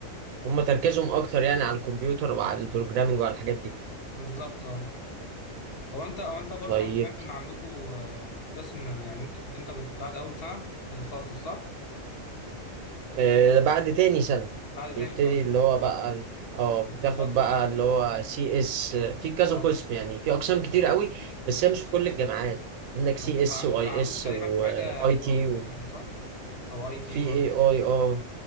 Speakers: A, on the right (about 85°); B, on the left (about 60°).
A: هم تركيزهم اكتر يعني على الكمبيوتر وعلى البروجرامنج وعلى الحاجات دي
B: بالظبط اه هو انت او انت برضو
A: طيب
B: انا سمعت ان عندكم آه، قسم آه، يعني انت انت بت... بعد اول سنه بتتخصص صح
A: آه، بعد تاني سنة
B: بعد
A: بيبتدي
B: تاني سنه
A: اللي هو بقى اه
B: بتتخصص
A: بتاخد بقى اللي
B: اه
A: هو سي اس في كذا
B: آه.
A: قسم يعني في اقسام كتير قوي بس هي مش في كل الجامعات عندك
B: انت
A: سي اس
B: عن-
A: واي
B: انت عندكم
A: اس
B: تقريبا حاجه
A: واي
B: اي
A: تي
B: اي تقريبا صح او اي
A: وفي
B: تي برضه
A: اي اي اه